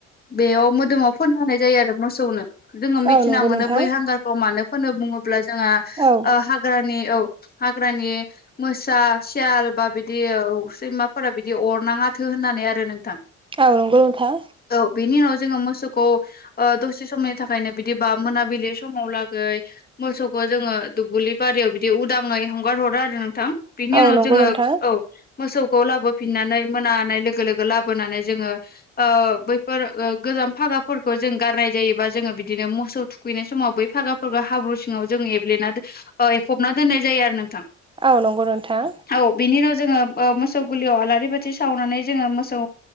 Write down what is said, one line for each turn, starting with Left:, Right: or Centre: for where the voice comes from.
Left: बेयाव मोदोमाव फोनना होनाय जायो आरो मोसौनो जोङो मिथिना
Right: औ नंगौ
Left: मोनो
Right: नोंथां
Left: बै हांगारखौ मानो फोनो बुङोब्ला जोंहा ओ
Right: औ
Left: हां हाग्रानि औ हाग्रानि मोसा सियाल बा बिदि सैमाफोरा बिदि अरनाङाथो होननानै आरो नोंथां
Right: औ नोंगौ नोंथां।
Left: औ बेनि उनाव जोङो मोसौखौ दसे समनि थाखायनो। बिदिबा मोनाबिलि समाव लागै मोसौखौ जोङो दुब्लि बारियाव बिदि उदाङै हमगार हरा आरो नोंथां। बिनि
Right: औ
Left: उनाव
Right: नंगौ
Left: जोङो
Right: नोंथां
Left: औ। मोसौखौ लाबोफिननानै मोनानाय लोगो लोगो लाबोनानै जोङो। ओ बैफोर गोजाम फागाफोरखौ जों गारनाय जायोबा जोङो बिदिनो मोसौ थु थुखैनाय समाव बै फागाफोरा हाब्रु सिङाव जों एब्लेना एफबना दोननाय जायो आरो नोंथां।
Right: औ नंगौ नोंथां।
Left: औ बिनि उनाव जोङो मोसौ गुलियाव आलारि बाथि सावनानै जोङो मोसौ,